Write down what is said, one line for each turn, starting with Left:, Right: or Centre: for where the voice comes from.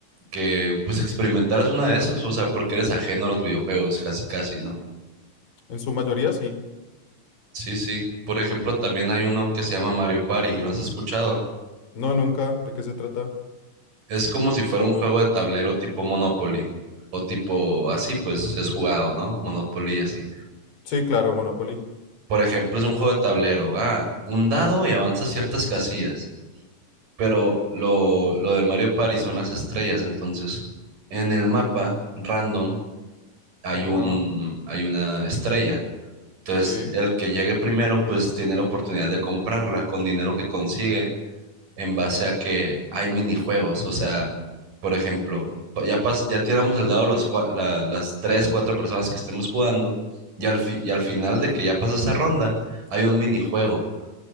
Right: que pues experimentaras una de esos, o sea, porque eres ajeno a los videojuegos, casi, casi, ¿no?
Left: En su mayoría sí.
Right: Sí, sí, por ejemplo, también hay uno que se llama Mario Party, ¿lo has escuchado?
Left: No, nunca. ¿De qué se trata?
Right: Es como si fuera un juego de tablero tipo Monopoly o tipo así, pues es jugado, ¿no? Monopoly y así.
Left: Sí, claro, Monopoly.
Right: Por ejemplo, es un juego de tablero. Ah, un dado y avanza ciertas casillas. Pero lo, lo del Mario Party son las estrellas. Entonces, en el mapa random hay
Left: Ajá,
Right: un, hay una estrella. Entonces,
Left: sí,
Right: el que llegue primero, pues tiene la oportunidad de comprarla con dinero que consigue en base a que hay minijuegos. O sea, por ejemplo, pa- ya, pas- ya tiramos el dado los, cua- la- las tres, cuatro personas que estemos jugando y al, fi- y al final de que ya pasó esa ronda, hay un minijuego.